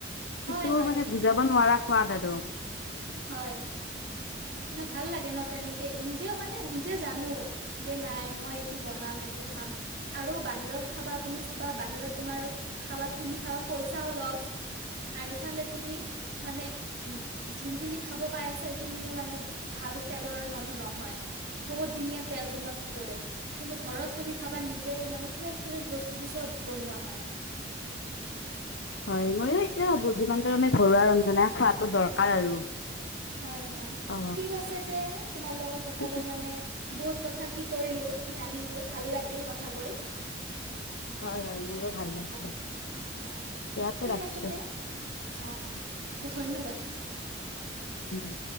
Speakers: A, on the left (about 75°); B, on the right (about 60°).
A: সেইটোৰ
B: হয় হয়
A: মানে
B: ঠিক
A: বুজাব
B: কথা
A: নোৱাৰা
B: কৈছা
A: সোৱাদ আৰু।
B: হয়। মানে ভাল লাগে ন তেনেকে নিজেও মানে নিজে জানোঁ। যে নাই মই এইটো বনাম এইটো খাম। আৰু বাহিৰত খাবা তুমি চাবা বাহিৰত তোমাৰ খাবা কিনি খাবা পইচাও লছ। আৰু ইফালে তুমি মানে উম, যোনখিনি খাব পাই আছা সেইখিনিও মানে ভাল তেলৰ ন - নহয় বহুত দিনীয়া তেল তোমাক কি কৰে। কিন্তু ঘৰত তুমি খাবা নিজে মানে ফ্ৰেচ - ফ্ৰেচ বস্তু দি চব বনোৱা হয়।
A: হয় ময়ো এইটোৱে ভাবো যিমান পাৰো আমি ঘৰুৱা ৰন্ধনা খোৱাতটো দৰকাৰ আৰু।
B: হয় - হয়
A: অ
B: ঠিক আছে তে তোমাৰ লগত কথা
A: ঠিক
B: কৈ
A: আছে
B: মানে বহুত কথা কি কৰিলো জানিলো ভাল লাগিল কথা কৈ।
A: হয় - হয় মোৰো ভাল লাগিলে
B: অ অ
A: ইয়াতে
B: ঠিক
A: ৰাখিছো।
B: আছে তে অ', অ', হয় ধন্যবাদ।
A: উম,